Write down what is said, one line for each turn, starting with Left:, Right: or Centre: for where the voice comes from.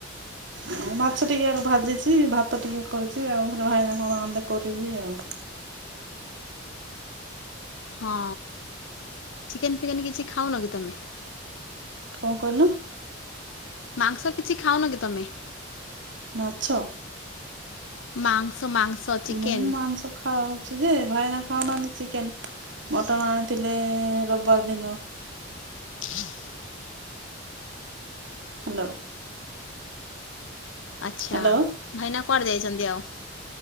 Right: ଆଉ ମାଛ ଟିକେ ଭାଜିଛି ଭାତ ଟିକେ କରିଛି ଆଉ ଘରେ ଭାଇନା କଣ ଆଣିଲେ କରିବି ଆଉ।
Left: ହଁ ଚିକେନ୍ ଫିକେନ୍ କିଛି ଖାଉନ କି ତମେ?
Right: କଣ କହିଲ?
Left: ମାଂସ କିଛି ଖାଉନ କି ତମେ?
Right: ମାଛ?
Left: ମାଂସ ମାଂସ। ଚିକେନ
Right: ମୁଁ ମାଂସ ଖାଉଛି ଯେ ଭାଇନା ଖାଉ ଖାଉନାହାନ୍ତି ଚିକେନ୍। ମଟନ ଆଣିଥିଲେ ରବିବାର ଦିନ।
Left: <inaudible>
Right: ହାଲୋ।
Left: ଆଛା
Right: ହ୍ୟାଲୋ
Left: ଭାଇନା କୁଆଡେ ଯାଇଛନ୍ତି ଆଉ।